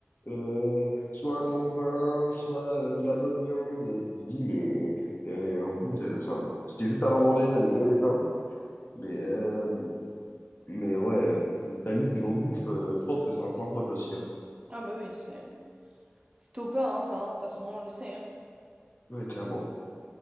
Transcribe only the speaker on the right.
Ah bah oui, c'est... C'est top pas, hein, ça, hein, de toute façon, on le sait. hein.